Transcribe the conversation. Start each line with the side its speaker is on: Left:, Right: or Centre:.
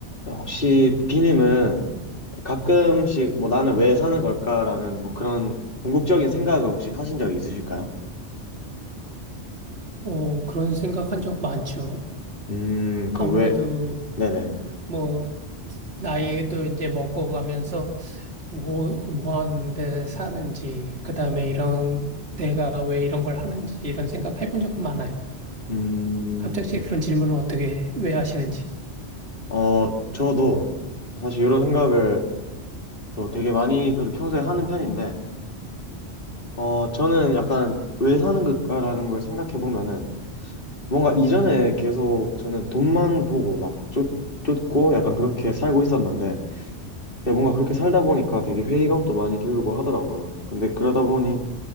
Left: 혹시 비님은 가끔씩 뭐 나는 왜 사는 걸까라는 뭐 그런 궁극적인 생각을 혹시 하신 적이 있으실까요?
Right: 어, 그런 생각한 적 많죠.
Left: 음, 그럼
Right: 아무래도
Left: 왜, 네네.
Right: 뭐 나이도 이제 먹어가면서 뭐, 뭐 하는데 사는지, 그 다음에 이런, 내가 왜 이런 걸 하는지 이런 생각 해본 적은 많아요.
Left: 음,
Right: 갑자기 그런 질문을 어떻게, 왜 하시는지.
Left: 어, 저도 사실 이런 생각을 또 되게 많이 그래도 평소에 하는 편인데, 어, 저는 약간 왜 사는 걸까라는 걸 생각해 보면은 뭔가 이전에 계속 저는 돈만 보고 막 쫓, 쫓고 약간 그렇게 살고 있었는데, 야, 뭔가 그렇게 살다 보니까 되게 회의감도 많이 들고 하더라고요. 근데 그러다 보니